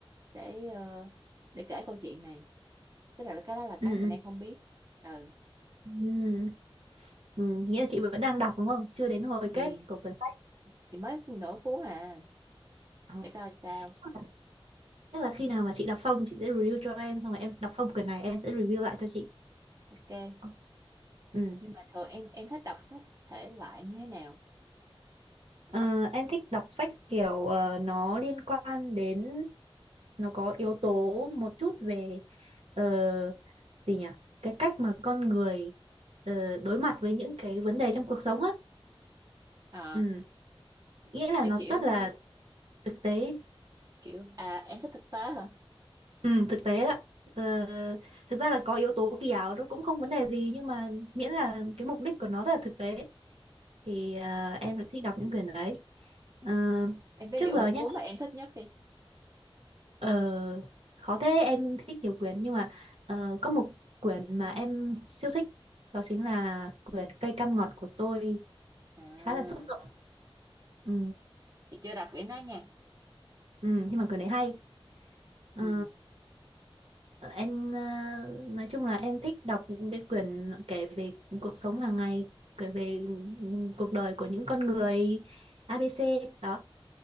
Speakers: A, on the right; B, on the right.
A: để ờ, để kể câu chuyện này tức là cái đó là
B: ừ
A: cái mình đang không biết ừ
B: ừ ừ. Ừ, nghĩa là chị vẫn đang đọc đúng không chưa đến hồi
A: ừ
B: kết của quyển sách
A: chỉ mới nửa cuốn à
B: Ờ,
A: để coi sao
B: chắc là, chắc là khi nào mà chị đọc xong chị sẽ review cho em xong rồi em đọc xong quyển này em sẽ review lại cho chị
A: ok
B: Ờ, ừ.
A: nhưng mà thường em em thích đọc sách thể loại như thế nào
B: Ờ, em thích đọc sách kiểu ờ, nó liên quan đến nó có yếu tố một chút về ờ, gì nhỉ cái cách mà con người ờ, đối mặt với những cái vấn đề trong cuộc sống á
A: à
B: ừ. nghĩa là
A: là
B: nó
A: kiểu
B: rất là thực tế
A: kiểu à em thích thực tế hả
B: Ừ, thực tế đó ờ, thực ra là có yếu tố kỳ ảo nó cũng không vấn đề gì nhưng mà miễn là cái mục đích của nó rất là thực tế thì ờ, em vẫn thích đọc những quyển đấy Ờ,
A: Em ví
B: trước
A: dụ
B: giờ
A: một
B: nhé
A: cuốn mà em thích nhất đi.
B: ờ, khó thế em thích nhiều quyển nhưng mà ờ, có một quyển mà em siêu thích đó chính là quyển Cây cam ngọt của tôi
A: À,
B: khá là xúc động ừ.
A: chị chưa đọc quyển đó nha.
B: ừ, nhưng mà quyển đấy hay Ờ,
A: Ừ,
B: em ờ, nói chung là em thích đọc những cái quyển kể về cuộc sống hàng ngày kể về ừ, cuộc đời của những con người ABC đó